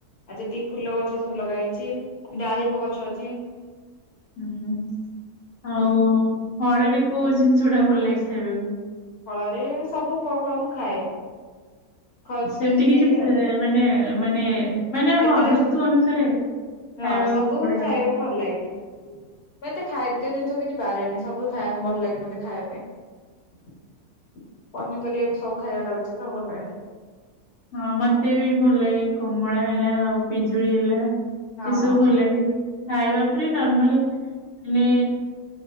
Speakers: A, on the left; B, on the left.
A: ଆଉ ଯେତିକି ଫୁଲ ଗଛ ସବୁ ଲଗା ହେଇଛି ଡାଳିମ୍ବ ଗଛ ଅଛି।
B: ଉଁ ହୁଁ ଆଉ ଫଳରେ କୋଉ ଜିନିଷ ଗୁଡ଼ା ଭଲ ଲାଗେ ଖାଇବାକୁ?
A: ଫଳରେ ସବୁ ଫଳ ଫଳ ମୁଁ ଖାଏ। ଖର୍ଚ୍ଚ
B: ସେମିତି କିଛି
A: ନେଇକି
B: ସେ
A: ଆଉ।
B: ମାନେ ମାନେ
A: ହୁଁ
B: ମାନେ
A: ଏତେଟା
B: ହଁ ଋତୁ ଅନୁସାରେ ଖାଇବାକୁ
A: ହଁ ସବୁ
B: ବଢିଆ
A: ଖାଇବାକୁ ଭଲ ଲାଗେ। ମୁଁ ଏତେ ଖାଦ୍ୟ ଜିନିଷ କିଛି ବାରେନି ସବୁୁ ଖାଇବା ଭଲ ଲାଗେ ମତେ ଖାଇବା ପାଇଁ। ପନିପରିବା ବି ସବୁ ଖାଇବା ଟା ଉଚିତ୍ ଆଉ ଭଲ ଲାଗେ।
B: ହଁ ମତେ ବି ଭଲ ଲାଗେ କମଳା ହେଲା ଆଉ ପିଜୁଳି ହେଲା
A: ହଁ
B: ଏସବୁ ଭଲ ଲାଗେ ଖାଇବା ଉପରେ ନର୍ମାଲ୍ ମାନେ